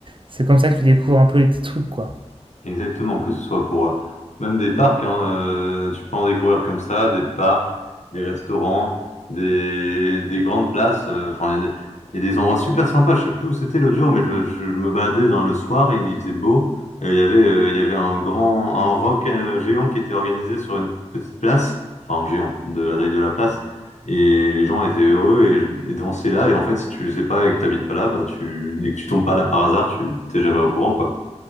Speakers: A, on the right (about 45°); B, on the left (about 80°).
A: c'est comme ça que tu découvres un peu les petits trucs, quoi.
B: Exactement, que ce soit pour euh, même des parcs, hein, euh, tu peux en découvrir comme ça, des parcs, des restaurants, des, des grandes places. euh, Enfin, il y a des, il y a des endroits super sympas. Je sais plus où c'était l'autre jour, mais je, je me baladais dans le soir et il faisait beau. Et il y avait, euh, il y avait un grand, un rock euh, géant qui était organisé sur une petite place, enfin un géant de la taille de la place. Et les gens étaient heureux et, et dansaient là. Et en fait, si tu sais pas et que t'habites pas là, bah tu, et que tu tombes pas là par hasard, tu t'es jamais au courant, quoi.